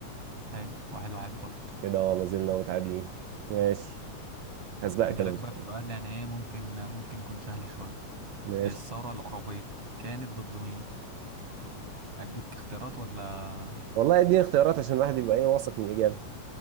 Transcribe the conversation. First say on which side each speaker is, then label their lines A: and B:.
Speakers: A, on the right; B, on the right.
A: حلو واحد واحد برضه
B: كده اه ما زلنا متعادلين ماشي هسبقك
A: نجيلك
B: انا ان
A: بقى
B: شاء
A: في
B: الله
A: سؤال يعني ايه ممكن ممكن يكون سهل شوية
B: ماشي
A: الثورة العربية كانت ضد مين اديك اختيارات ولا
B: والله اديني اختيارات عشان الواحد يبقى ايه واثق من الاجابه